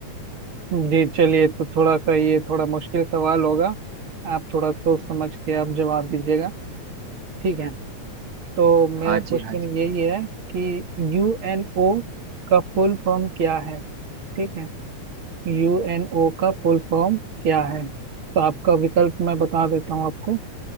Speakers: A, on the right; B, on the right.
A: है। जी चलिए तो थोड़ा सा ये थोड़ा मुश्किल सवाल होगा आप थोड़ा सोच समझ के आप जवाब दीजिएगा ठीक है तो मेरा
B: हाँ
A: क्वेश्चन
B: जी हाँ जी
A: यही है कि यूएनओ का फुल फॉर्म क्या है ठीक है यूएनओ का फुल फॉर्म क्या है तो आपका विकल्प मैं बता देता हूँ आपको